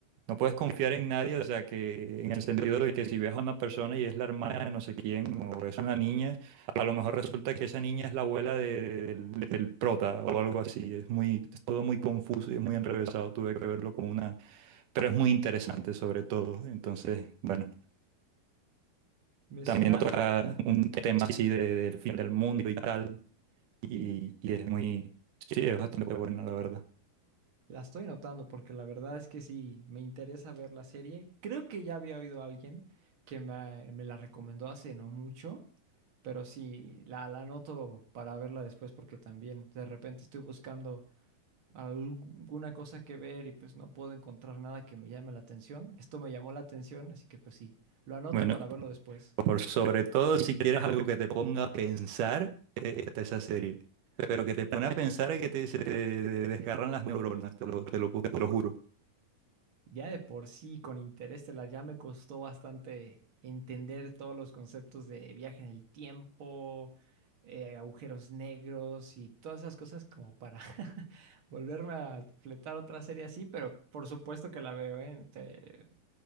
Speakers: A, on the right; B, on the right.
A: no puedes confiar en nadie, o sea, que en el sentido de que si ves a una persona y es la hermana de no sé quién o es una niña, a lo mejor resulta que esa niña es la abuela de- del, del prota o algo así. Es muy, es todo muy confuso y es muy enrevesado. Tuve que verlo como una, pero es muy interesante sobre todo. Entonces, bueno,
B: Me
A: también
B: suena
A: toca un tema así de- del fin del mundo y tal. Y, y es muy, sí, es bastante buena, la verdad.
B: La estoy notando porque la verdad es que sí, me interesa ver la serie. Creo que ya había oído a alguien que me, me la recomendó hace no mucho, pero sí, la, la anoto para verla después porque también de repente estoy buscando alguna cosa que ver y pues no puedo encontrar nada que me llame la atención. Esto me llamó la atención, así que pues sí, lo anoto
A: Bueno,
B: para verlo después.
A: por sobre todo si quieres algo que te ponga a pensar, eh, está esa serie. Pero que te pone a pensar y que te, se te desgarran las neuronas, te lo, te lo, pu- te lo juro.
B: Ya de por sí, con Interestelar ya me costó bastante entender todos los conceptos de viaje en el tiempo, eh, agujeros negros y todas esas cosas como para <laughs> volverme a fletar otra serie así, pero por supuesto que la veo, ¿eh? Te